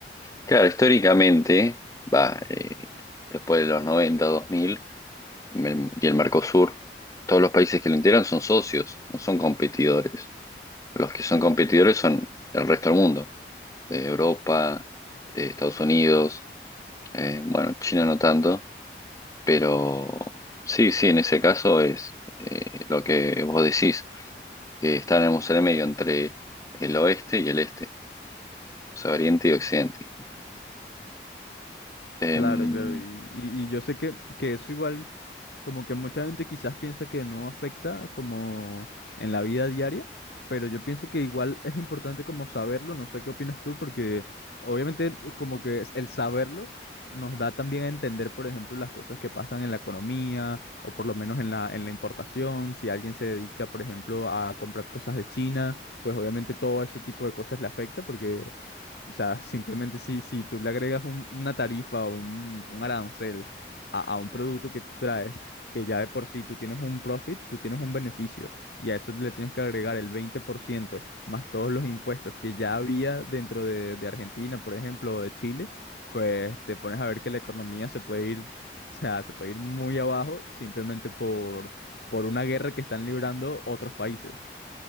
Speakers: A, on the left; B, on the left.
A: Claro, históricamente, va, eh, después de los noventa dos mil Me- Y el Mercosur, todos los países que lo integran son socios, no son competidores. Los que son competidores son el resto del mundo, eh, Europa, eh, Estados Unidos, eh, bueno, China no tanto, pero sí, sí, en ese caso es eh, lo que vos decís, que estaremos en el medio entre el oeste y el este, o sea, oriente y occidente. Em,
B: Claro, claro, y, y- y yo sé que, que eso igual, como que mucha gente quizás piensa que no afecta como en la vida diaria, pero yo pienso que igual es importante como saberlo, no sé qué opinas tú, porque obviamente como que es- el saberlo nos da también a entender, por ejemplo, las cosas que pasan en la economía o por lo menos en la, en la importación, si alguien se dedica, por ejemplo, a comprar cosas de China, pues obviamente todo ese tipo de cosas le afecta porque o sea, <laughs> simplemente si, si tú le agregas un- una tarifa o un, un arancel a, a un producto que tú traes, que ya de por sí tú tienes un profit, tú tienes un beneficio, y a eso le tienes que agregar el 20% más todos los impuestos que ya había dentro de, de Argentina, por ejemplo, o de Chile, pues te pones a ver que la economía se puede ir, <laughs> o sea, se puede ir muy abajo simplemente por, por una guerra que están librando otros países.